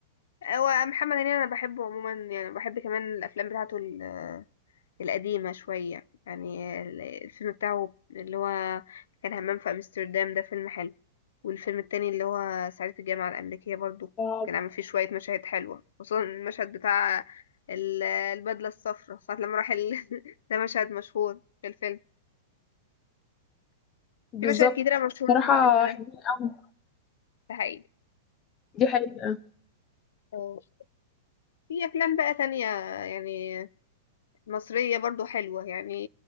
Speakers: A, on the left; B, on the left.
A: هو محمد هنيدي انا بحبه عموما يعني بحب كمان الافلام بتاعته ال- القديمه شويه يعني ال- الفيلم بتاعه اللي هو كان همام في امستردام ده فيلم حلو والفيلم التاني اللي هو صعيدي في الجامعه الامريكيه برضو
B: آه،
A: كان عامل فيه شويه مشاهد حلوه خصوصا المشهد بتاع ال- البدله الصفراء ساعه لما راح ال... <laughs> ده مشهد مشهور في الفيلم
B: بالظبط
A: في مشاهد كتيره مشهوره
B: صراحة
A: في الفيلم ده
B: حلوين أوي
A: ده حقيقي
B: دي حقيقة
A: أه. في افلام بقى تانية يعني مصرية برضو حلوة يعني